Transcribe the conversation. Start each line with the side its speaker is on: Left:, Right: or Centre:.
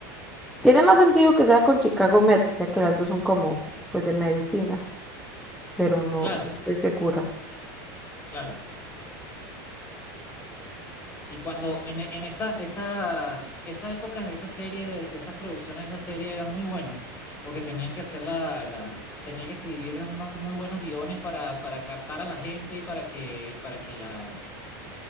Centre: Tiene más sentido que sea con Chicago Med, ya que las dos son como, pues, de medicina, pero no,
Left: Claro,
Centre: no estoy segura.
Left: claro. Y cuando en, e, en esa, esa, esas épocas de esa serie, de, de esas producciones de esa serie era muy bueno, porque tenían que hacer la, la- tenían que escribir unos muy buenos guiones para, para captar a la gente y para que, para que la,